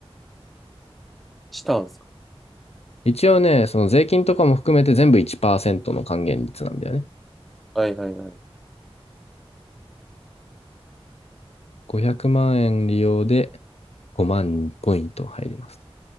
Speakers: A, in the centre; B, on the left.
A: したんですか
B: 一応ね、その税金とかも含めて全部1%の還元率なんだよね。
A: はいはいはい。
B: 500万円利用で5万ポイント入ります。